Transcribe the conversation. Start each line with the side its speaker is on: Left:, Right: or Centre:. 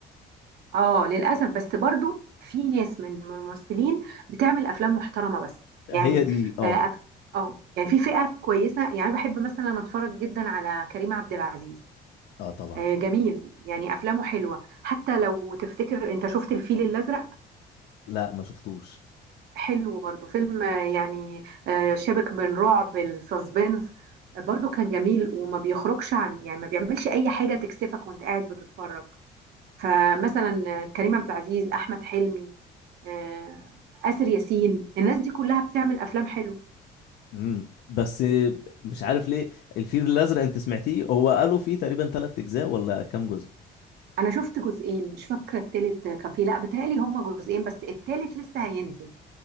Right: اه للاسف بس برضو في ناس من من الممثلين بتعمل افلام محترمه بس
Left: هي
Right: يعني
Left: دي اه
Right: اه أف- آه، يعني في فئه كويسه يعني بحب مثلا اتفرج جدا على كريم عبد العزيز
Left: اه طبعا
Right: آه جميل يعني افلامه حلوه حتى لو تفتكر انت شفت الفيل الازرق
Left: لا ما شفتوش
Right: حلو برضو فيلم آه، يعني آه شبك بين رعب السسبنس آه، برضو كان جميل وما بيخرجش عن يعني ما بيعملش اي حاجه تكسفك وانت قاعد بتتفرج فمثلا آه، كريم عبد العزيز احمد حلمي آه، آسر ياسين الناس دي كلها بتعمل افلام حلو
Left: امم بس مش عارف ليه الفيل الازرق انت سمعتيه هو قالوا فيه تقريبا ثلاث اجزاء ولا كام جزء
Right: انا شفت جزئين مش فاكره التالت كان فيه لا بتهيألي هما جزئين بس التالت لسه هينزل